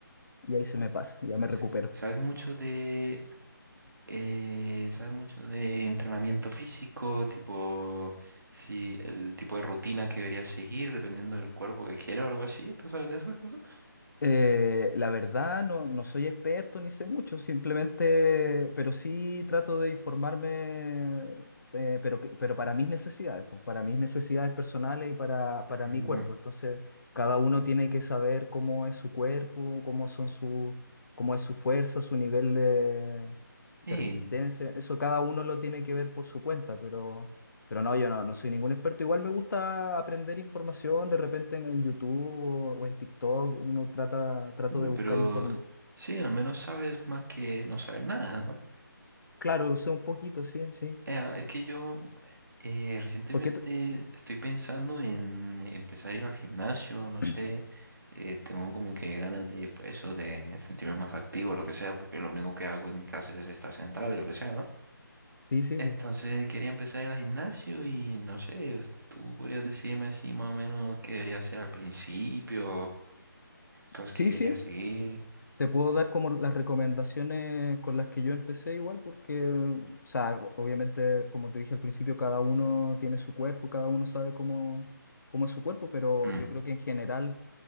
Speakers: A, on the left; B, on the right.
A: y ahí se me pasa, ya me
B: O
A: recupero.
B: sea, ¿sabes mucho de eh, sabes mucho de entrenamiento físico? Tipo, si el tipo de rutina que deberías seguir dependiendo del cuerpo que quieras o algo así. ¿Tú sabes de esas cosas?
A: Eh, la verdad, no, no soy experto ni sé mucho, simplemente, pero sí trato de informarme, eh, pero, que- pero para mis necesidades, pues, para mis necesidades personales y para, para
B: Mm,
A: mi cuerpo. Entonces, cada uno tiene que saber cómo es su cuerpo, cómo son su, cómo es su fuerza, su nivel de, de
B: Sí,
A: resistencia. Eso cada uno lo tiene que ver por su cuenta, pero pero no, yo no, no soy ningún experto. Igual me gusta aprender información, de repente en, en YouTube o, o en TikTok uno trata, trato
B: hombre,
A: de
B: pero
A: buscar información.
B: sí, al menos sabes más que no saber nada, ¿no?
A: Claro, sé un poquito, sí, sí.
B: Eh, es que yo eh, recientemente
A: Porque t-
B: estoy pensando en empezar a ir al gimnasio, no
A: <clears throat>
B: sé, eh, tengo como que ganas de, pues, eso, de sentirme más activo, lo que sea, porque lo único que hago en mi casa es estar sentado y lo que sea, ¿no?
A: sí, sí.
B: Entonces
A: po.
B: quería empezar a ir al gimnasio y no sé, tú podrías decirme así más o menos qué debería hacer al principio, cosas
A: Sí,
B: que debería
A: sí.
B: seguir.
A: Te puedo dar como las recomendaciones con las que yo empecé igual, porque, o sea, o- obviamente, como te dije al principio, cada uno tiene su cuerpo, cada uno sabe cómo, cómo es su cuerpo, pero
B: Mm,
A: yo creo que en general